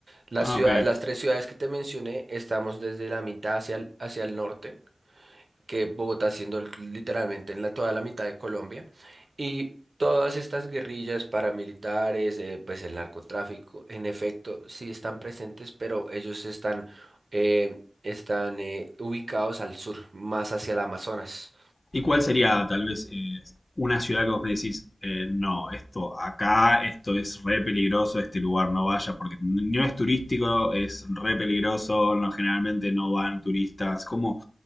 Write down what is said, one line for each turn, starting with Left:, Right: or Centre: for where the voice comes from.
Right: Las
Left: Ah,
Right: ciudad-
Left: ok.
Right: las tres ciudades que te mencioné, estamos desde la mitad hacia el, hacia el norte, que Bogotá siendo l- literalmente en la, toda la mitad de Colombia, y todas estas guerrillas paramilitares, eh, pues el narcotráfico, en efecto, sí están presentes, pero ellos están, eh, están eh, ubicados al sur, más hacia el Amazonas.
Left: ¿Y cuál sería tal vez eh, una ciudad que vos me decís, eh, no, esto acá, esto es re peligroso, este lugar no vayas porque no es turístico, es re peligroso, no, generalmente no van turistas. ¿Cómo,